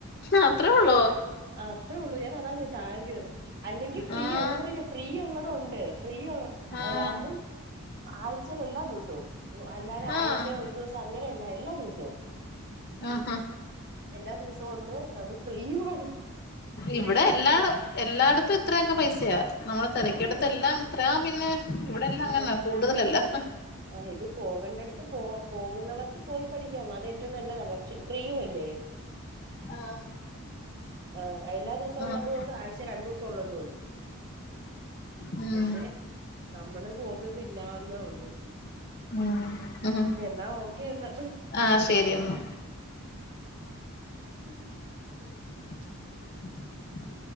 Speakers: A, on the left (about 45°); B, on the right (about 50°).
A: ഏഹ് അത്രേ ഉള്ളോ?
B: ആഹ് അത്രേ ഒള്ളൂ ഞാനതാ <unintelligible> ചോദിച്ചത് ആയിരം രൂവേന്ന് അല്ലെങ്കിൽ ഫ്രിയാ
A: ആഹ്
B: ഞാൻ പറ ഫ്രീഉള്ളടം ഉണ്ട് ഫ്രീ
A: ആഹ്
B: അത് അതും ആഴ്ചയിൽ എല്ലാ ദിവസവും. അല്ലാതെ
A: ആഹ്
B: ആഴ്ച ഒരു ദിവസം അങ്ങനെയല്ല എല്ലാ ദിവസവും
A: ആഹ് ഹാ
B: എല്ലാ ദിവസം ഉണ്ട് അത് ഫ്രീയു ആണ് ഫ്രീയാണ്.
A: ഇവിടെ എല്ലാ എല്ലയിടത്തും ഇത്രയൊക്കെ പൈസയാ നമ്മ തെരക്കിടുത്ത്
B: അതെയാ
A: എല്ലാം ഇത്രയാ പിന്നെ ഇവിടെ എല്ലാം
B: ആഹ്
A: അങ്ങനാ കൂടുതലല്ലാത്ത.
B: ആഹ് ഇത് പോകണ്ട്യേടുത്ത് പോ പോകുന്നവർക്ക് പോയി പഠിക്കാം അതേറ്റവും നല്ലതാ പക്ഷെ ഫ്രീയും അല്ലേ.
A: ആഹ്
B: ആ അയ്ല്ലാ ദിവസ
A: ആഹ്
B: ഉള്ളൊതൊണ്ട് ആഴ്ച രണ്ടുസം ഉള്ളതൊണ്ട്
A: ഉം
B: പക്ഷെ നമ്മള് പോകുന്നില്ലാന്നേ ഒള്ളൂ
A: ഉം ഉം
B: എന്നാ ഓക്കെ ഇന്ന്
A: ആഹ് ശെരിയെന്നാ
B: <unintelligible>
A: <inaudible>